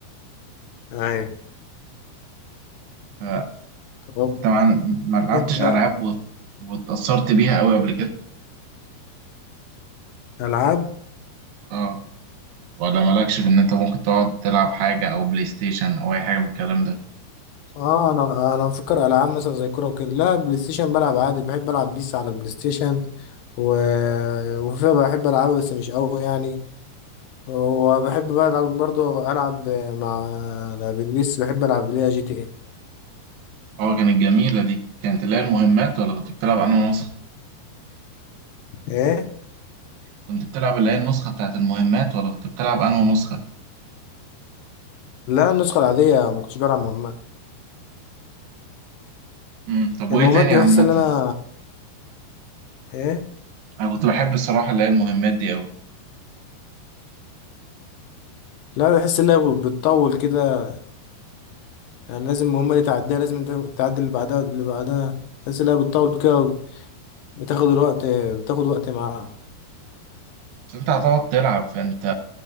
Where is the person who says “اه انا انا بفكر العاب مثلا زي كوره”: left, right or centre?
Left